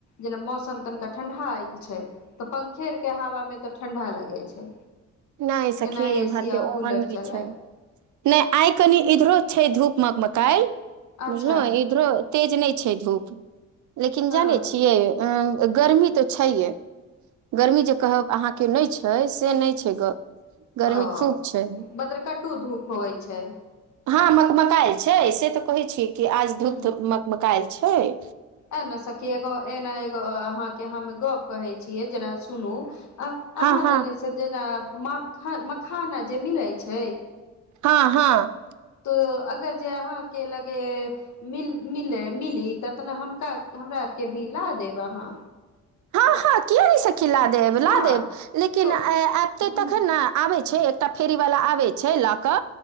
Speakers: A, on the left; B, on the right.
A: जेना मौसम त कन कट ठंढ़ाएल छै ते पंखेर के हवा मे त ठी ठंढा लागै छै।
B: नइ सखी
A: केना
B: एमहर
A: एसी
B: के
A: आ
B: ओहन
A: कूलर
B: नइ
A: चलाय
B: छै नहि आइ कनि इधरो छै धूप मक मकाल्हि
A: अच्छा
B: बुझलौ इधरो तेज नै छै धूप। लेकिन
A: हँ
B: जानै छियै अं गर्मी तो छैये, गर्मी जे कहब अहाँ के नै छै से ने छै ग गर्मी
A: अ
B: खूब छै
A: बदर कट्टू धूप होबै छै।
B: हाँ मक मकाएल छै से ते कहै छी। कि आज
A: हूँ
B: धूप धूप मक मकाएल छै। ए
A: ए ना सखी एगो, ए ना एगो अहाँ के हम गप कहै छियै जरा सुनु। अह अहाँ
B: हँ हँ
A: देना से जेना मक्ख, मखाना जे मिलै छै।
B: हाँ हाँ।
A: तो अगर जे अहाँ के लगे मिल मिले मिली तऽ तेना हमका हमरा आर के भी ला देब अहाँ।
B: हाँ हाँ किया ने स खी ला देब ला
A: हँ
B: देब, लेकिन
A: तो
B: ए आबते
A: ह
B: तखन ना आबे छे, एकटा फेरी वाला आबे छै ला क